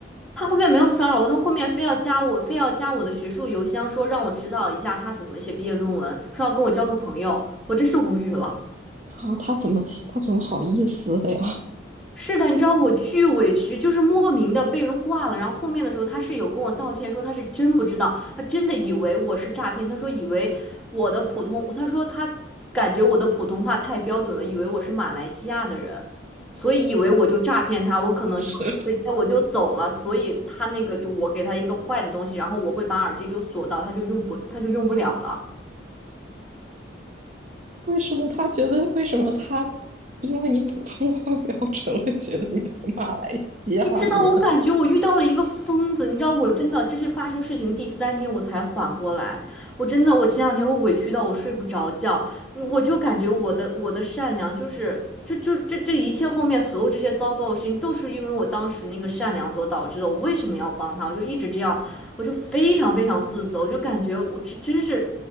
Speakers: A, in the centre; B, on the right.
A: 他后面没有骚扰我，他后面非要加我，非要加我的学术邮箱，说让我指导一下他怎么写毕业论文，说要跟我交个朋友，我真是无语了。
B: 啊，他怎么他怎么好意思的呀？
A: 是的，你知道我巨委屈，就是莫名的被人挂了。然后后面的时候，他是有跟我道歉，说他是真不知道，他真的以为我是诈骗。他说以为我的普通，他说他感觉我的普通话太标准了，以为我是马来西亚的人，所以以为我就诈骗他，我可能就直接我就走了。
B: <laughs>
A: 所以他那个就我给他一个坏的东西，然后我会把耳机就锁到，他就用不他就用不了了。
B: 为什么他觉得为什么他因为你普通话标准了，觉得你是马来西亚人？
A: 你知道，我感觉我遇到了一个疯子。你知道，我真的这是发生事情第三天我才缓过来。我真的，我前两天我委屈到我睡不着觉，我就感觉我的我的善良就是这就这这一切后面所有这些糟糕的事情都是因为我当时那个善良所导致的。我为什么要帮他？我就一直这样，我就非常非常自责，我就感觉我这真是，